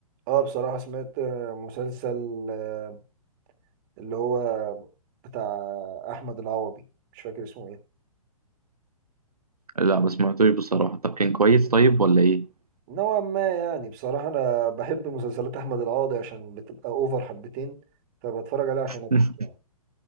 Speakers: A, on the right; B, on the right.
A: اه بصراحه سمعت آه، مسلسل آه، اللي هو بتاع احمد العوضي مش فاكر اسمه ايه
B: لا ما سمعتوش بصراحة طب كان كويس طيب ولا ايه
A: نوعا ما يعني بصراحه انا بحب مسلسلات احمد العوضي عشان بتبقى اوفر حبتين فبتفرج عليها عشان
B: <laughs>
A: اضحك يعني